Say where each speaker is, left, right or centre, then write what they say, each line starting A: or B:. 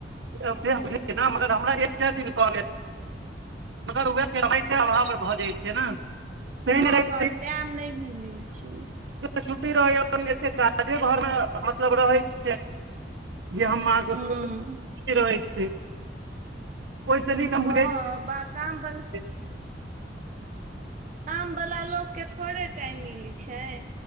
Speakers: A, on the right; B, on the right.
A: से हम बुझै छियै ने मगर हमरा एकसौ दिन कह मगर उह फेर <unintelligible> अभाव भऽ जाइ छै ने। शनि
B: हँ
A: रेव
B: हँ टाइम नहि मिलै छै
A: <unintelligible> छुट्टी रहैया एतेक काजे घरमे मतलब रहै छै, जे हम अहाँके
B: हूँ
A: <unintelligible> रहे छी ओहिसँ निक हम बुझय
B: हँ बा काम बला
A: <unintelligible>
B: काम वाला लोक के थोड़े टाइम मिले छैय